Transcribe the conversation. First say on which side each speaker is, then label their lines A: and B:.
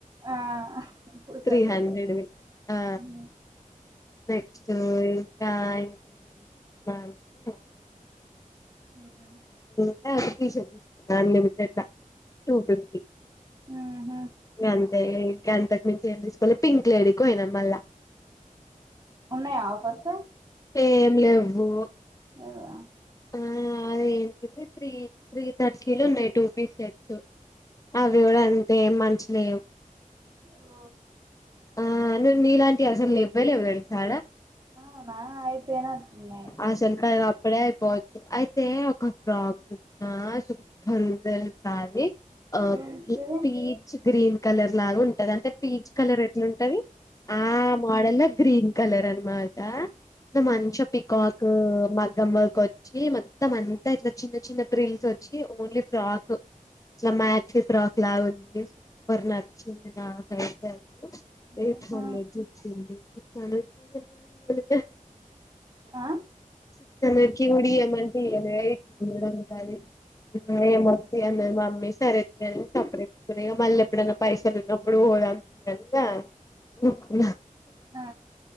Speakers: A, on the right (about 30°); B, on the left (about 25°).
A: ఆ సరిపోదు
B: త్రీ హండ్రెడ్వి ఆ
A: ఊ
B: నెక్స్ట్ ఇంకా ఏమైనా తీసుకుందామ్ అంటే
A: హు
B: ఇంకా ఒక టీ షర్ట్ తీసుకున్న అన్లిమిటెడ్ల టూ ఫిఫ్టీ
A: ఊహు
B: ఇంగంతే గంతకి మీంచి ఏం తీసులోలే పింక్ లేడ్కి పోయినాం. మళ్ళా
A: ఉన్నాయా ఆఫర్స్
B: ఏం లేవ్వు.
A: లేవా
B: ఆ అదే ఏంటడి త్రీ త్రీ థర్టీ లో ఉన్నాయి టూ పీస్ సేట్స్ అవ్వి గుడా అన్ తే మంచిలేవ్
A: ఓ
B: ఆ నే నీలాంటివి అస్సలు లేవ్వేలేవ్ అస్సలడ
A: అవునా అయిపోయినట్టున్నాయి.
B: అసలుకి అది అప్పుడే అయిపోవచ్చు అయితే ఒక ఫ్రాక్ చూసిన సూపర్ ఉంది తెలుసా అది ఆ
A: ఏంటిది
B: పీచ్ గ్రీన్ కలర్ లాగా ఉంటది అంటే పీచ్ కలర్ ఉంటది. ఆ మోడల్ గ్రీన్ కలర్ అని మాట ఇగ మంచిగా పికాక్ మగ్గమ్ వర్క్ వచ్చి మొత్తం అంతా ఇట్ల చిన్న చిన్న ట్రిల్స్ వచ్ చ్చి ఓన్లీ ఫ్రాక్ ఇట్ల మ్యాక్సీ ఫ్రాక్ స్లాగ్ ఇగ సూపర్ నచ్చింది నాకైతే <unintelligible> ఎయిట్
A: ఆహా,
B: హండ్రెడ్ చెప్పింది. సిక్స్ హండ్రెడ్ కీదా ఏం లేదింతే
A: ఆ
B: సిక్స్ హండ్రెడ్ కి కూడా మంత్లీ ఎయిట్ హండ్రెడ్ ఉంటాది ఏమవుతా అన్న మమ్మీ సర అతుని సపరేట్కుని ఇక మళ్ళీ ఎప్పుడైనా పైసలు ఉన్నప్పుడు దన్నా ఇఊకు
A: ఆ